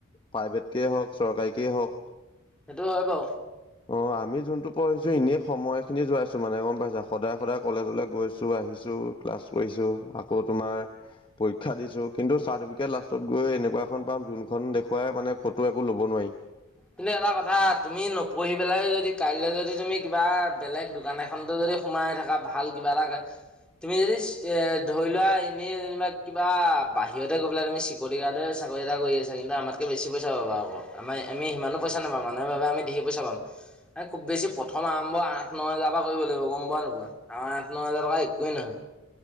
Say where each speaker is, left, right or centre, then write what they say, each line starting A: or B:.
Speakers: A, on the left; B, in the centre.
A: প্ৰাইভেটকেই হওঁক, চৰকাৰীকেই হওক।
B: সেইটো হয় বাৰু।
A: অ' আমি যোনটো পঢ়িছো এনে সময় খিনি যোৱাইছো মানে গম পাইছা সদায়, সদায় কলেজলৈ গৈছো আহিছো ক্লাছ কৰিছো, আকৌ তোমাৰ পৰীক্ষা দিছো কিন্তু ছাৰ চাৰ্টিফিকেট লাষ্টত গৈ এনেকুৱা এখন পাম যোনখন দেখুৱাই মানে ক'তো একো ল'ব নোৱাৰি।
B: কিন্তু এটা কথা তুমি নপঢ়ি পেলাই যদিও কাইলৈ যদি তুমি কিবা বেলেগ দোকান এখনতো যদি সোমাই থকা ভাল কিবা এটা তুমি যদি এ ধৰি লোৱা এনে যেনিবা কিবা বাহিৰতে গৈ পেলাই তুমি চেক বডিগাৰ্ডে চাকৰি এটা কৰি আছে, কিন্তু আমাতকৈ বেছি পইচা পাব আকৌ, আমি আমি সিমানো পইচা নাপাম, মানুহ বাবে আমি ধেই পইচা পাম। তাত খুব বেছি প্ৰথম আৰম্ভ আঠ ন হেজাৰ পৰা কৰিব লাগিব গম পোৱা নে নোপোৱা, আৰু আঠ ন হেজাৰ টকা একোৱেই নহয়।